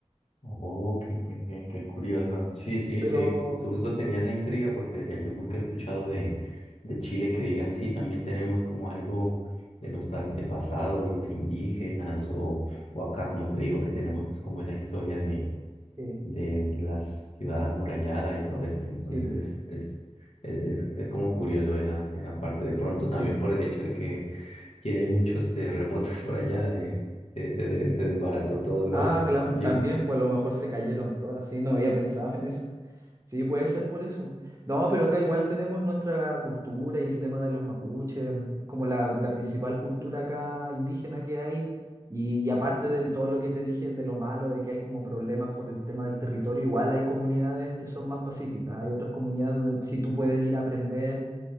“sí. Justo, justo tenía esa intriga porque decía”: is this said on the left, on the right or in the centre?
Left